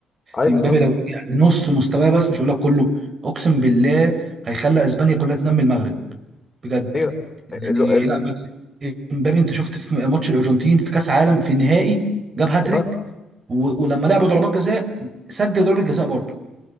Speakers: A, on the left; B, on the right.
A: اي
B: امبابي
A: بالظبط
B: لو رجع لنص مستواه بس مش هقول لك كله اقسم بالله هيخلي اسبانيا كلها تنمي المغرب بجد
A: ايوه
B: يعني
A: ال... ال...
B: لا بك- امبابي انت شفت في ماتش الارجنتين في كاس عالم في النهائي جاب هاتريك
A: آه.
B: و- ولما لعبوا ضربات جزاء سجل ضربة جزاء برضه